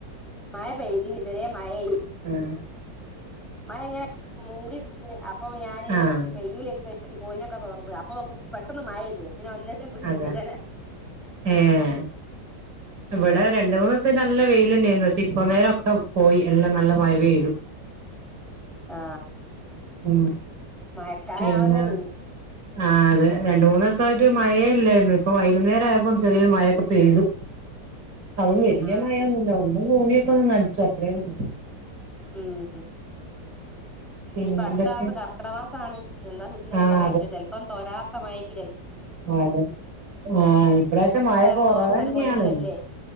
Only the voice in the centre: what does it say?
മായ പേയ്തി ഇതരെ മയ ആ
മയ ങ്ങനെ മൂടി നിന്ന് അപ്പൊ ഞാന്
പെയ്യല ഒക്കെ ക കോ ക്കെ തോറന്ന് അപ്പൊ പെട്ടന്ന് മായത് പിന്നെ അന്നത്തേ പിടിച്ച്
കൂട്ടുകാന ആക്കി
ആ
മഴക്കാലാണല്ലോത്
ആഹ്
ശരി
ഉം
ഇനിയിപ്പ
അടുത്ത മാസം കർക്കിട മാസാണ് എന്താസ്തിന്നും
പറയത്തില്ല ചെലപ്പം തോരാത്ത മയരിക്ക
ഒക്കെ
എന്തോക്കെ
ഒരു കൊലത്തിലല്ലേ